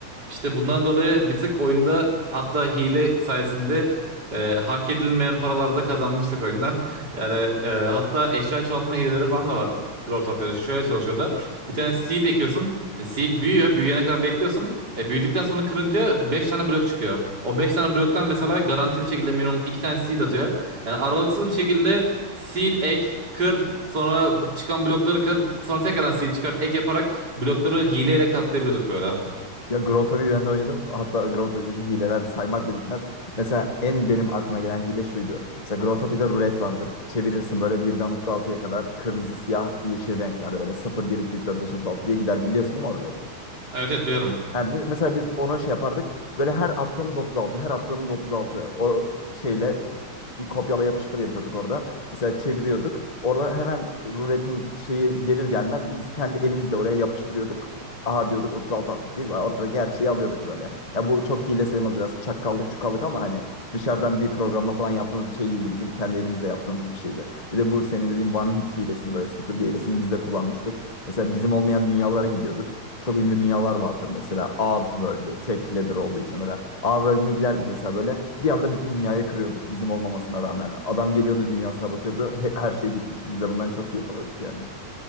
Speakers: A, on the right (about 35°); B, on the left (about 20°).
A: İşte bundan dolayı bir tık oyunda hatta hile sayesinde e, hak edilmeyen paralarda kazanmıştık oyundan. <laughs> Yani e, hatta eşya çoğaltma hileleri falan da var drop top yarışı. Şöyle çalışıyor da bir tane seed ekiyorsun. E, Seed büyüyor. Büyüyene kadar bekliyorsun. E, büyüdükten sonra kırınca 5 tane blok çıkıyor. O 5 tane bloktan mesela garanti bir şekilde minimum 2 tane seed atıyor. Yani aralıksız bir şekilde seed ek, kır, sonra çıkan blokları kır, sonra tekrardan seed çıkart, ek yaparak blokları hileyle katlayabiliyorduk böyle.
B: Ya Grotto'yu ben de oynadım. Hatta Grotto'daki hileler saymakla bitmez. Mesela en benim aklıma gelen hile şuydu. Mesela Grotto'da rulet vardır. Çevirirsin böyle birden 36'ya kadar kırmızı, siyah, yeşil renklerde böyle 0, 1, 2, 3, 4, 5, 36 diye gider biliyorsun değil mi o ruleti?
A: Evet evet biliyorum.
B: Yani bi- mesela biz ona şey yapardık. Böyle her attığımız 36, her attığımız 36 o şeyle bir kopyala yapıştır yapıyorduk orada. Mesela çeviriyorduk. Orada hemen ruletin şeyi gelir gelmez biz kendi elimizle oraya yapıştırıyorduk. Aha diyorduk 36 attık değil mi? Ortadaki her şeyi alıyorduk böyle. Ya bu çok hile sayılmaz biraz çakkallık çukallık ama hani dışarıdan bir programla falan yaptığımız bir şey değildi. Bizim kendi elimizle yaptığımız bir şeydi. Bir de bu senin dediğin one hit hilesini böyle süpürge hilesini biz de kullanmıştık. Mesela bizim olmayan dünyalara gidiyorduk çok ünlü dünyalar vardır mesela. A World'ü tek leader olduğu için böyle. A World'üne giderdik mesela böyle. Bir anda bütün dünyayı kırıyorduk bizim olmamasına rağmen. Adam geliyordu dünyasına bakıyordu. he- her şey gitmiş. Biz de bundan çok keyif alıyorduk yani.